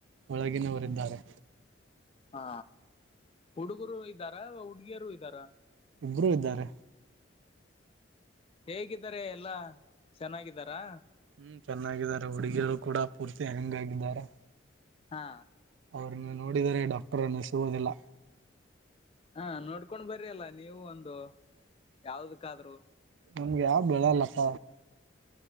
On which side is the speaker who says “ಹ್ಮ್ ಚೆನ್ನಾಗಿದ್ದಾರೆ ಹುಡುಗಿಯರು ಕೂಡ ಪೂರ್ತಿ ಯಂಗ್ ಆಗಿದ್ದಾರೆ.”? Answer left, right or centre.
Right